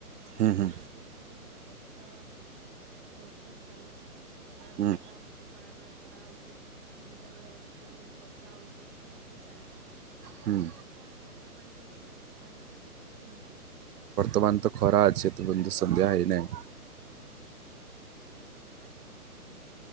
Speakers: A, in the centre; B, on the right (about 80°).
A: ଏବେ
B: ହୁଁ
A: ଆମ
B: ହୁଁ
A: ଆଡେ ତ କିଛି ଦିନ ହେଲା ବର୍ଷା ଜୋରସୋର ଚାଲିଛି ସକାଳେ
B: ହୁଁ
A: ବର୍ଷା ହଉଛି ତ ଖରା ବଳେ ଖରା ହଉଛି ସନ୍ଧ୍ୟା ବଳେ ପୁଣି ବର୍ଷା ହଉଚଛି ଏମିତି ଚାଲିଛି। ଆପଣଙ୍କ
B: ହୁଁ
A: ଆଡେ କଣ କେମିତି ପାଣିପାଗ ଚାଲିଛି ତା ବିଷୟରେ ଟିକେ କିଛି କୁହନ୍ତୁ?
B: ତମାନ ତ ଖରା ଅଛି ତ ବଧୁ ସନ୍ଧ୍ୟା ହେଇ ନାହିଁ।
A: ଆଜ୍ଞା!